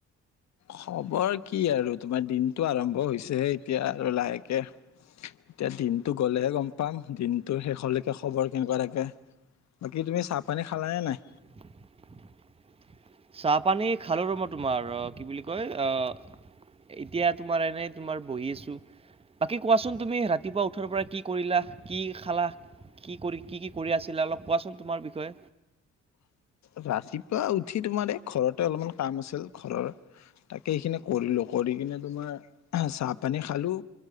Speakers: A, on the left; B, on the right.
A: খবৰ কি আৰু তোমাৰ দিনতটো আৰম্ভ হৈছেহে এতিয়া আৰু লাহেকে এতিয়া দিনতটো গ'লেহে গম পাম, দিনটোৰ শেষলৈকে খবৰ কেনেকুৱা থাকে, বাকী তুমি চাহ পানী খালানে নাই?
B: <inaudible> চাহপানী খালো ৰম তোমাৰ। ৰ, কি বুলি কয়, আ এতিয়া তোমাৰ এনেই তোমাৰ বহি আছো। বাকী কোৱাচোন তুমি, ৰাতিপুৱা উঠাৰ পৰা কি কৰিলা? কি খালা? কি কৰি, কি কি কৰি আছিলা অলপ কোৱাচোন তোমাৰ বিষয়ে?
A: ৰাতিপুৱা উঠি তোমাৰ, এই ঘৰতে অলপমান কাম আছিল ঘৰৰ, তাকে সিইখিনি কৰিলো। কৰি কিনে তোমাৰ, চাহপানী খালোঁ।